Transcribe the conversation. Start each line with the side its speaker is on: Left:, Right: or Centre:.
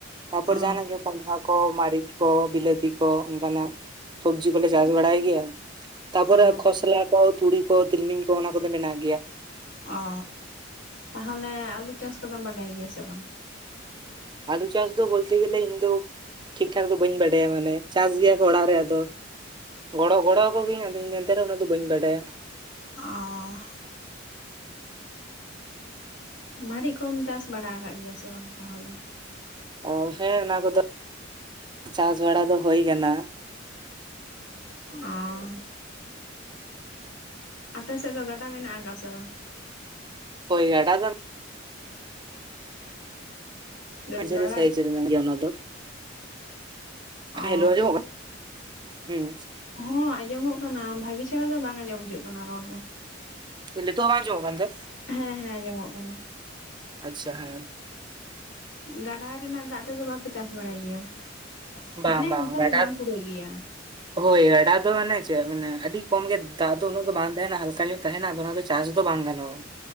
Right: ᱛᱟᱯᱚᱨ
Left: ᱚ
Right: ᱡᱟᱦᱟᱱᱟᱜ ᱜᱮ ᱠᱚᱸᱰᱷᱟ ᱠᱚ ᱢᱟᱹᱨᱤᱪ ᱠᱚ ᱵᱤᱞᱟᱹᱛᱤ ᱠᱚ ᱚᱱᱠᱟᱱᱟᱜ ᱥᱚᱵᱡᱤ ᱠᱚᱞᱮ ᱪᱟᱥ ᱵᱟᱲᱟᱭ ᱜᱮᱭᱟ ᱛᱟᱯᱚᱨᱮ
Left: ᱚ
Right: ᱠᱷᱚᱥᱞᱟ ᱠᱚ ᱛᱩᱲᱤ ᱠᱚ ᱛᱤᱞᱢᱤᱧ ᱠᱚ ᱚᱱᱟ ᱠᱚᱫᱚ ᱢᱮᱱᱟᱜ ᱜᱮᱭᱟ
Left: ᱚ ᱛᱟᱦᱚᱞᱮ ᱟᱞᱩ ᱪᱟᱥ ᱠᱚᱫᱚᱢ ᱵᱟᱰᱟᱭ ᱜᱮᱭᱟ ᱥᱮ ᱵᱟᱝ
Right: ᱟᱞᱩ ᱪᱟᱥ ᱫᱚ ᱵᱚᱞᱛᱮ ᱜᱮᱞᱮ ᱤᱧᱫᱚ ᱴᱷᱤᱠ ᱴᱷᱟᱠ ᱫᱚ ᱵᱟᱹᱧ ᱵᱟᱰᱟᱭᱟ ᱢᱟᱱᱮ ᱪᱟᱥ ᱜᱮᱭᱟ ᱠᱚ ᱚᱲᱟᱜ ᱨᱮ ᱟᱫᱚ ᱜᱚᱲᱚ ᱜᱚᱲᱚ ᱟᱠᱜᱤᱭᱟᱹᱧ ᱟᱫᱚ ᱤᱧ ᱫᱚ ᱮᱱᱛᱮ ᱨᱮᱦᱚᱸ ᱩᱱᱟᱹᱜ ᱫᱚ ᱵᱟᱹᱧ ᱵᱟᱰᱟᱭᱟ
Left: ᱚ ᱢᱟᱨᱤᱡ ᱠᱚᱢ ᱪᱟᱥ ᱵᱟᱲᱟ ᱟᱠᱟᱫ ᱜᱮᱭᱟ ᱥᱮ ᱵᱟᱝ ᱛᱟᱦᱚᱞᱮ
Right: ᱚ ᱦᱮᱸ ᱚᱱᱟ ᱠᱚᱫᱚ ᱪᱟᱥ ᱵᱟᱲᱟ ᱫᱚ ᱦᱚᱭ ᱠᱟᱱᱟ
Left: ᱟᱨ ᱟᱯᱮ ᱥᱮᱫ ᱫᱚ ᱜᱟᱰᱟ ᱢᱮᱱᱟᱜ ᱟᱠᱟᱜ ᱥᱮ ᱵᱟᱝ
Right: ᱦᱳᱭ ᱜᱟᱰᱟ ᱫᱚ
Left: ᱵᱟᱝ
Right: ᱢᱟᱡᱷᱟᱨᱤ
Left: ᱜᱟᱰᱟ
Right: ᱥᱟᱹᱭᱤᱪ ᱜᱮᱭᱟ ᱚᱱᱟᱫᱚ
Left: ᱚ
Right: ᱦᱮᱞᱳ ᱟᱡᱚᱢᱚᱜ ᱠᱟ ᱦᱩᱸ
Left: ᱦᱚᱸ ᱟᱸᱡᱚᱢᱚᱜ ᱠᱟᱱᱟ ᱵᱷᱟᱹᱜᱤ ᱪᱷᱮᱨᱦᱟ ᱫᱚ ᱵᱟᱝ ᱟᱸᱡᱚᱢ ᱦᱤᱡᱩᱜ ᱠᱟᱱᱟ ᱨᱚᱲ ᱫᱚ
Right: ᱞᱤᱛᱚᱜ ᱦᱚᱸ ᱵᱟᱝ ᱟᱸᱡᱚᱢᱚᱜ ᱠᱟᱱᱛᱮ
Left: ᱦᱮᱸ ᱦᱮᱸ ᱟᱸᱡᱚᱢᱚᱜ ᱠᱟᱱᱟ
Right: ᱟᱪᱪᱷᱟ ᱦᱮᱸ
Left: ᱜᱟᱰᱟ ᱨᱮᱱᱟᱜ ᱫᱟᱜ ᱛᱮᱫᱚ ᱵᱟᱯᱮ ᱪᱟᱥ ᱵᱟᱲᱟᱭ ᱜᱮᱭᱟ
Right: ᱵᱟᱝ
Left: ᱢᱟᱱᱮ ᱚᱱᱠᱟ
Right: ᱜᱟᱰᱟ
Left: ᱫᱚ ᱵᱟᱝ ᱠᱩᱲᱟᱹᱜ ᱜᱮᱭᱟ
Right: ᱦᱳᱭ ᱜᱟᱰᱟ ᱫᱚ ᱢᱟᱱᱮ ᱪᱮᱫ ᱢᱟᱱᱮ ᱟᱹᱰᱤ ᱠᱚᱢ ᱜᱮ ᱫᱟᱜ ᱫᱚ ᱩᱱᱟᱹᱜ ᱫᱚ ᱵᱟᱝ ᱛᱟᱦᱮᱱᱟ ᱦᱟᱞᱠᱟ ᱧᱚᱜ ᱛᱟᱦᱮᱱᱟ ᱟᱫᱚ ᱚᱱᱟ ᱫᱚ ᱪᱟᱥ ᱫᱚ ᱵᱟᱝ ᱜᱟᱱᱚᱜᱼᱟ